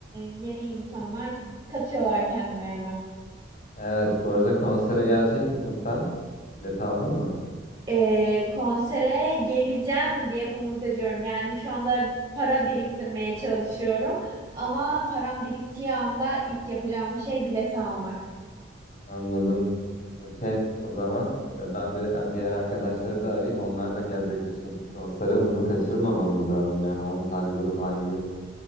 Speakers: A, on the right; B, on the left.
A: yeni insanlar katıyorlar kendilerine.
B: Evet, bu arada konsere gelecek misin sen? Bilet aldın mı?
A: e, konsere geleceğim diye umut ediyorum. Yani şu anda para biriktirmeye çalışıyorum. Ama param biriktiği anda ilk yapacağım şey bileti almak.
B: Anladım. Okey. O zaman e, ben bir diğer arkadaşları da arayayım. Onlar da gelecekti çünkü konsere. Bunu kaçırmamamız lazım. Yani 10 tane grup aynı gün.